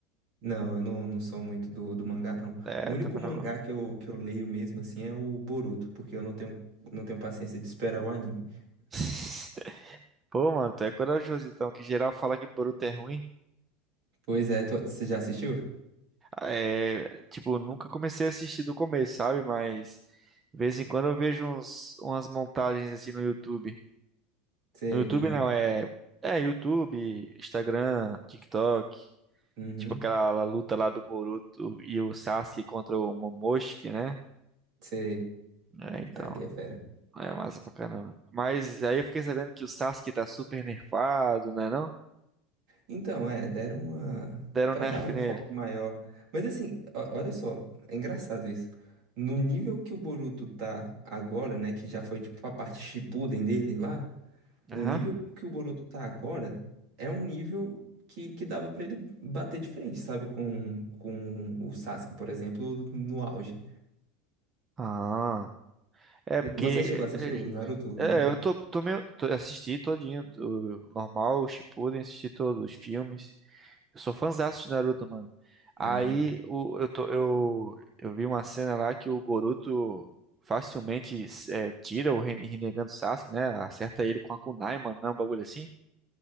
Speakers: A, on the right (about 45°); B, on the right (about 15°).
A: Não, eu não, não sou muito do, do mangá, não.
B: É,
A: O único
B: também
A: mangá
B: vendo agora.
A: que eu, que eu leio mesmo, assim, é o Boruto, porque eu não tenho, não tenho paciência de esperar o anime.
B: <laughs> Pô, mano, tu é corajoso então, que geral fala que Boruto é ruim.
A: Pois é, tu- você já assistiu?
B: É, tipo, nunca comecei a assistir do começo, sabe? Mas, de vez em quando eu vejo uns, umas montagens assim no YouTube.
A: Sei,
B: No YouTube
A: aham.
B: não, é. É, YouTube, Instagram, TikTok.
A: Uhum,
B: Tipo aquela luta lá do Boruto e o Sasuke contra o Momoshiki, né?
A: sei.
B: É, então,
A: Ali é fera.
B: é massa pra caramba. Mas aí eu fiquei sabendo que o Sasuke tá super nerfado, né não?
A: Então, é, deram uma.
B: Deram
A: Pra
B: nerf
A: dar um
B: nele.
A: enfoque maior. Mas assim, o- olha só, é engraçado isso. No nível que o Boruto tá agora, né, que já foi tipo a parte Shippuden dele lá, o
B: Aham.
A: nível que o Boruto tá agora é um nível que, que dava pra ele bater de frente, sabe? Com, com o Sasuke, por exemplo, no auge.
B: Ah. É, porque.
A: Você chegou a assistir o Naruto normal?
B: É, é, eu tô, tô meio. Tô, assisti todinho, o normal, o Shippuden, assisti todos os filmes. Eu sou fãzaço de Naruto, mano. Aí
A: Ah,
B: o- eu, tô- eu, eu vi uma cena lá que o Boruto facilmente é, tira o Ren- Rinnegan do Sasuke, né? Acerta ele com a kunai, mano, não, é um bagulho assim.